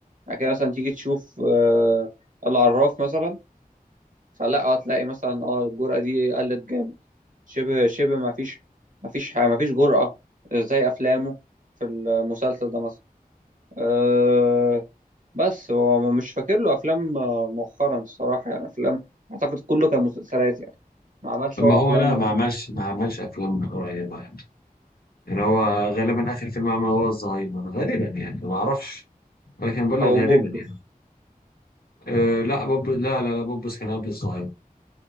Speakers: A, on the right; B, on the left.
A: يعني كده مثلا تيجي تشوف آه، العراف مثلا فلا هتلاقي مثلا اه الجرأة دي قلت جامد شبه شبه ما فيش ما فيش ح- ما فيش جرأة زي أفلامه في المسلسل ده مثلا آه، بس هو مش فاكر له افلام آه، مؤخرا الصراحه يعني افلام اعتقد كله كان مسلسلات يعني ما عملش
B: ما
A: هو
B: هو
A: افلام
B: لا ما عملش ما عملش افلام قريبه يعني يعني هو غالبا اخر فيلم عمله هو الزهايمر غالبا يعني ما اعرفش ولكن بقول لك
A: او
B: غالبا
A: بوبس
B: يعني أه لا بوب لا لا لا بوبوس كان قبل الزهايمر